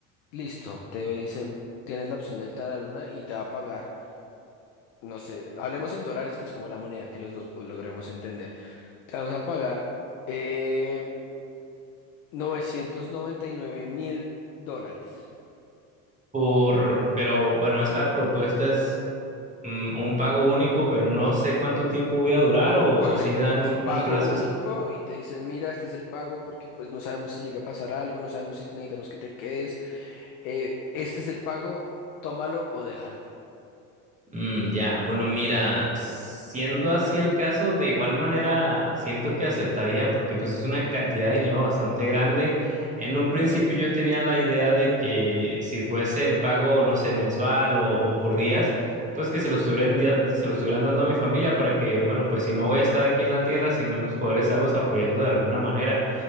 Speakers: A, on the left (about 80°); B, on the right (about 20°).
A: Listo, te dicen, tienes la opción de irte a la luna y te va a pagar, no sé, hablemos en dólares, que es como la moneda que los dos pues, logremos entender. Te vamos a pagar eh, 999 mil dólares.
B: Por, pero bueno, esta propuesta es mm, un pago único, pero no sé cuánto tiempo voy a durar o,
A: Correcto,
B: o si me dan
A: es
B: un,
A: pago
B: un plazo
A: único y te dicen, mira, este es el pago porque pues no sabemos si llega a pasar algo, no sabemos si necesitamos que te quedes, eh, este es el pago, tómalo o déjalo.
B: Mm, ya, bueno, mira, siendo así el caso, de igual manera siento que aceptaría porque pues es una cantidad de dinero bastante grande. En un principio yo tenía la idea de que si fuese el pago, no sé, mensual o, o por días, pues que se lo estuvieran, dia- se lo estuvieran dando a mi familia para que, bueno, pues si no voy a estar aquí en la tierra, sin menos poder estarlos apoyando de alguna manera.